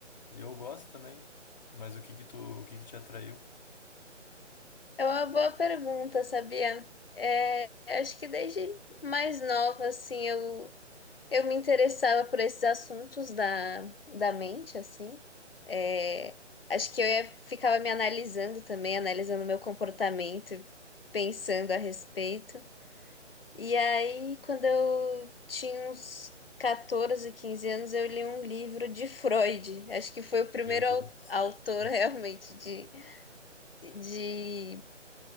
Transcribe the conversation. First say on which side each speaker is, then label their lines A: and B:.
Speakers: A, on the left; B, on the left.
A: e eu gosto também. Mas o que que tu, o que que te atraiu?
B: É uma boa pergunta, sabia? É, acho que desde mais nova, assim, eu, eu me interessava por esses assuntos da, da mente, assim. É, acho que eu ia- ficava me analisando também, analisando meu comportamento, pensando a respeito. E aí, quando eu tinha uns 14, 15 anos, eu li um livro de Freud. Acho que foi o primeiro
A: Meu Deus.
B: au- autor
A: <laughs>
B: <laughs> realmente de, de